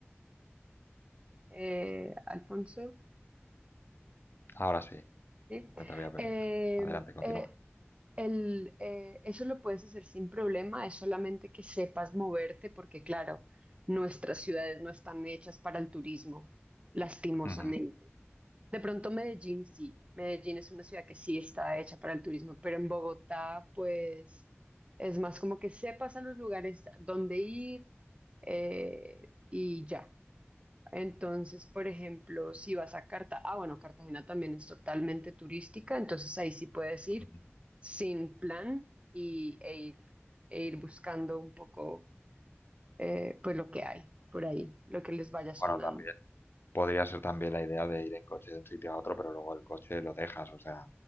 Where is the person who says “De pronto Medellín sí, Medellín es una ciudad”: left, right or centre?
Right